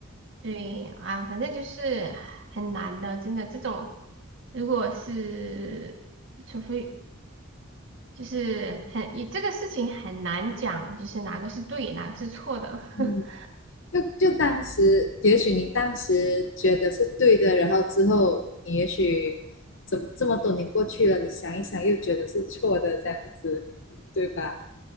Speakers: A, on the right; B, on the left.
A: 对啊，反正就是很难的，真的这种，如果是除非就是很，这个事情很难讲，就是哪个是对，哪个是错的。
B: 嗯，
A: <laughs>
B: 就就当时也许你当时觉得是对的，然后之后你也许怎么这么多年过去了，你想一想又觉得是错的这样子，对吧？